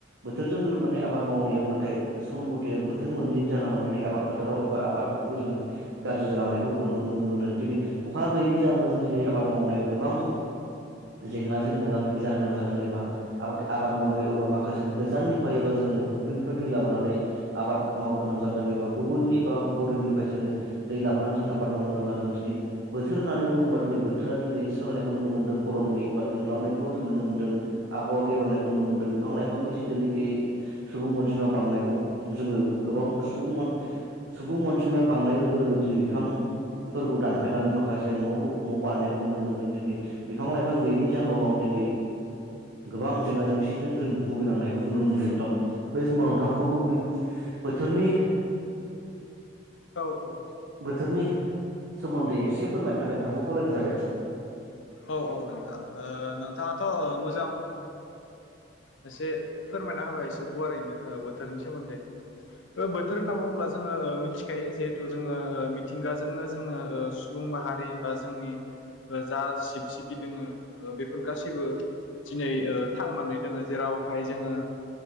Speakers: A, on the right; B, on the left.
A: बोथोरजों गोरोबनानै आबाद मावनायाव नाथाय सम मथे बोथोर मोनैनि जाहोनाव दिनै आबाद फोथाराव एबा आबादफोरखौ जोङो गाज्रि जालांनायखौ नुनो मोनो दिनै अखा गैयैनि जाहोनाव जों दिनै आबाद मावनायाव गोबां। जेंनाजों मोगा मोगि जानो गोनां जादों एबा आबाद आबाद मावनाय एबा माखासे गोजाननिफ्राय एबा जोङो फुख्रिनिफ्राय दै लाबोनानै आबाद मावनो गोनां जादों एबा गुबुननि एबा बरिंनिफ्राय जोङो दै लाबोनानै जोंङ आबाद मावनो गोनां जादों दिनै बोथोर होननानै बुङोबा दिनै बोथोरा दिनै सोलायनायखौ नुनो मोनदों गरमनि। बा दुंब्लाबनायखौ जों नुनो मोन्दों आबहावा गेब्रेनायखौ नुनो मोनदों बिफां लाइफांनि जिथुनिखि सुबुं अनजिमा बांनायखौ जोङो गोबां सुबुं सुबुं अनजिमा बांनाय लोगो लोगो। दिनै बिफां फोरखौ दान। फायनानै माखासे नदु न बानायनायखौ नुनो मोनदों दिनै बिफां लाइफां। गैयैनि जाहोनाव दिनै गोबां जेंना जेंसिजों जों भुगिनांनायखौ जों नुनो मोनदों नोंथां बे समाव नोंथांखौबो बे बोथोरनि।
B: औ औ।
A: बोथोरनि सोमोन्दै एसे फोरमायनो थाखाय नोंथांखौ खावलायनाय जाबाय।
B: औ औ औ। ओ नोंथाङाथ मोजां ओ एसे फोरमायना होबाय एसे गुवारैनो ओ बोथोरनि सोमोन्दै ओ बोथोर होनना बुङोब्ला जोङो ओ मोनथिखायो जिहेथु जोङो ओ मिथिंगाजोंनो जोङो ओ सुबुं माहारि बा जोंनि ओ जा सिब सिबि दङो ओ बेफोर गासैबो दिनै ओ थांनानै दोङो जेरावहाय जोङो